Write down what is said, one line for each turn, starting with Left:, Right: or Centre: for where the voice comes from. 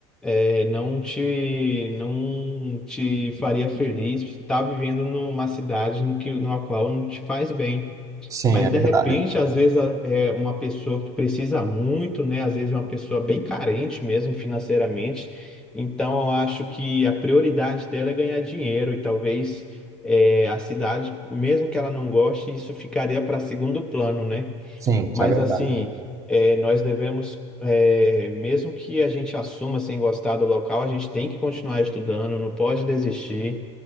Centre: é, não te, não te faria feliz estar vivendo numa cidade no que, na qual não te faz bem.
Right: Sim,
Centre: Mas,
Right: é
Centre: de
Right: verdade.
Centre: repente, às vezes, a- é uma pessoa que precisa muito, né? Às vezes, uma pessoa bem carente mesmo financeiramente. Então, eu acho que a prioridade dela é ganhar dinheiro e talvez é, a cidade, mesmo que ela não goste, isso ficaria para segundo plano, né?
Right: Sim, isso
Centre: Mas
Right: é verdade.
Centre: assim, eh, nós devemos, eh, mesmo que a gente assuma sem gostar do local, a gente tem que continuar estudando, não pode desistir.